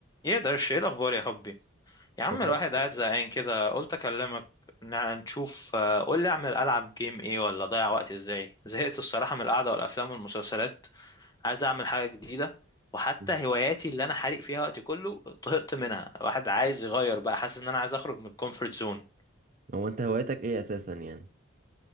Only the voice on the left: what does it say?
ايه ده ايه الاخبار يا حبي يا عم
الواحد قاعد زهقان كده قلت اكلمك ن- نشوف آه، قول لي اعمل العب جيم ايه ولا اضيع وقتي ازاي زهقت الصراحه من القعده والافلام والمسلسلات عايز اعمل حاجه جديده وحتى
هواياتي اللي انا حارق فيها وقتي كله طهقت منها الواحد عايز يغير بقى حاسس ان انا عايز اخرج من الكومفورت زون